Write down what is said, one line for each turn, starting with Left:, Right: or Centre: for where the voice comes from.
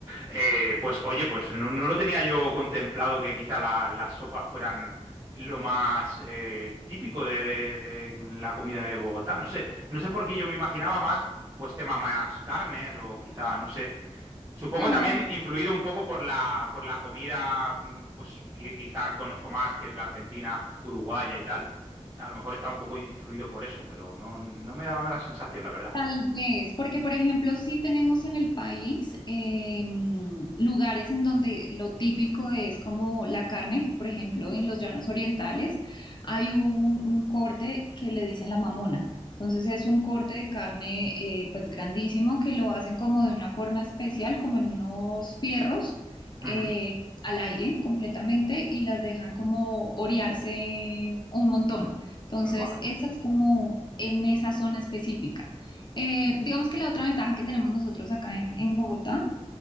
Right: Eh, pues oye, pues no, no lo tenía yo contemplado que quizá la- las sopas fueran lo más eh, típico de, de- de la comida de Bogotá. No sé, no sé por qué yo me imaginaba más, pues tema más carnes o quizá, no sé. Supongo
Left: No,
Right: también influido un poco por la, por la comida, mm, pues que quizá conozco más, que es la argentina, uruguaya y tal. A lo mejor está un poco influido por eso, pero no, no me daba la sensación, la verdad.
Left: Tal vez, porque por ejemplo, sí tenemos en el país em, lugares en donde lo típico es como la carne, que por ejemplo en los llanos orientales hay un, un corte que le dicen la mamona. Entonces es un corte de carne eh, pues grandísimo que lo hacen como de una forma especial, como en unos fierros eh,
Right: Ujú.
Left: al aire completamente y las dejan como orearse un montón. Entonces
Right: Vale.
Left: esa es como en esa zona específica. Eh, digamos que la otra ventaja que tenemos nosotros acá en, en Bogotá